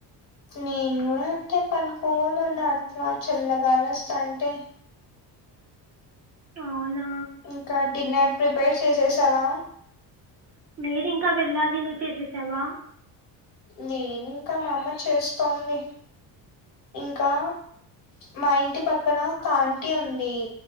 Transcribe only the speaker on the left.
నేను కూడా అంతే పనుకోను ఉన్నా అట్లా చల్ల గాలోస్తాంటే
ఇంకా డిన్నర్ ప్రిపేర్ చేసేసావా
లేదు ఇంకా మా అమ్మ చేస్తోంది ఇంకా మా ఇంటి పక్కన ఒక ఆంటీ ఉంది